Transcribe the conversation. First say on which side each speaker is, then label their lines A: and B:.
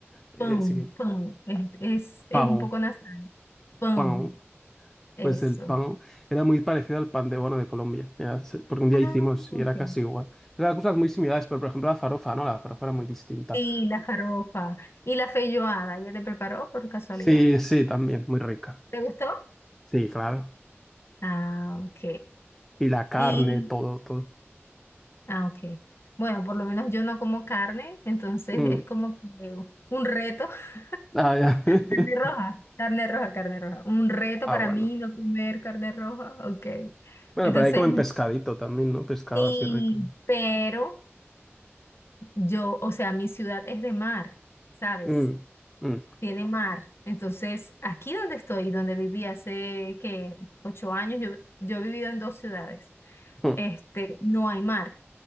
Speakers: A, in the centre; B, on the left.
A: Eh,
B: Pão,
A: simi-
B: pão. Es, es,
A: pão,
B: es un poco nasal. Pão.
A: pão.
B: Eso.
A: Pues el pan era muy parecido al pan de bono de Colombia. Era se- porque un día
B: Ah,
A: hicimos
B: ok.
A: y era casi igual. Eran cosas muy similares, pero por ejemplo la farofa, ¿no? La farofa era muy distinta.
B: Sí, la farofa. Y la feijoada. ¿Ya te preparó por casualidad?
A: Sí, sí, también, muy rica.
B: ¿Te gustó?
A: Sí, claro.
B: Ah, ok.
A: Y la carne,
B: Y,
A: todo, todo.
B: ah, ok. Bueno, por lo menos yo no como carne, entonces
A: Mm.
B: es como que un reto. <laughs>
A: Ah, ya. <laughs>
B: Carne roja, carne roja, carne roja. Un reto
A: Ah,
B: para
A: bueno.
B: mí no comer carne roja. Ok.
A: Bueno,
B: Entonces,
A: pero ahí comen pescadito también, ¿no? Pescado
B: sí,
A: así rico.
B: pero. Yo, o sea, mi ciudad es de mar, ¿sabes?
A: Mm, mm,
B: Tiene mar. Entonces, aquí donde estoy, donde viví hace que ocho años, yo, yo he vivido en dos ciudades.
A: mm,
B: Este, no hay mar.